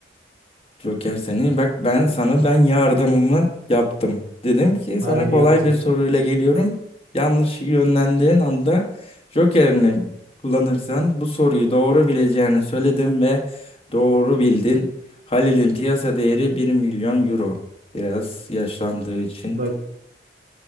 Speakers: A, on the left; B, on the right.
A: Joker seni bak ben sana ben yardımımı yaptım. Dedim ki sana
B: Harbi
A: kolay
B: yaptın.
A: bir soruyla geliyorum. Yanlış yönlendiğin anda Joker'ini kullanırsan bu soruyu doğru bileceğini söyledim ve doğru bildin. Halil'in piyasa değeri bir milyon euro. Biraz yaşlandığı için.
B: Bak